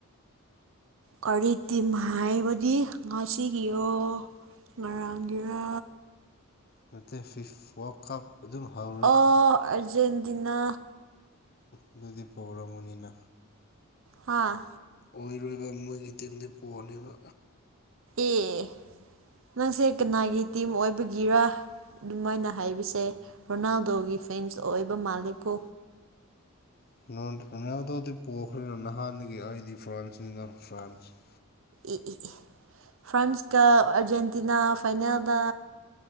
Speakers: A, on the right; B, on the left.
A: ꯀꯔꯤ ꯇꯤꯝ ꯍꯥꯏꯕꯗꯤ ꯉꯥꯁꯤꯒꯤꯌꯣ ꯉꯔꯥꯡꯒꯤꯔ
B: ꯅ ꯐꯤꯐ ꯀꯞ ꯑꯗꯨꯝ ꯍꯥꯎ
A: ꯑ ꯑꯔꯖꯦꯟꯇꯤꯅꯥ
B: ꯑꯗꯨꯗꯤ ꯄꯨꯔꯝꯃꯅꯤꯅ
A: ꯍꯥꯥ
B: ꯑꯣꯏꯔꯣꯏꯕ ꯃꯣꯏꯒꯤ ꯇꯤꯝꯗꯤ ꯄꯣꯅꯦꯕ
A: ꯑꯦ ꯅꯪꯁꯦ ꯀꯅꯥꯒꯤ ꯇꯤꯝ ꯑꯣꯏꯕꯒꯤꯔ ꯑꯗꯨꯝꯥꯏꯅ ꯍꯥꯏꯔꯤꯁꯦ ꯔꯣꯅꯥꯜꯗꯣꯒꯤ ꯐꯦꯟꯁ ꯑꯣꯏꯕ ꯃꯥꯂꯦꯀꯣ
B: <unintelligible> ꯔꫭꯅꯥꯜꯗꫭꯗꯤ ꯄꯣꯛꯈ꯭ꯔꯦꯅ ꯅꯍꯥꯟꯗꯒꯤ ꯑꯩꯗꯤ ꯐ꯭ꯔꯥꯟꯁꯅꯤꯅ ꯐ꯭ꯔꯥꯟꯁ
A: ꯏ ꯏ ꯐ꯭ꯔꯥꯟꯁꯀ ꯑꯔꯖꯦꯟꯇꯤꯅꯥ ꯐꯥꯏꯅꯦꯜꯗ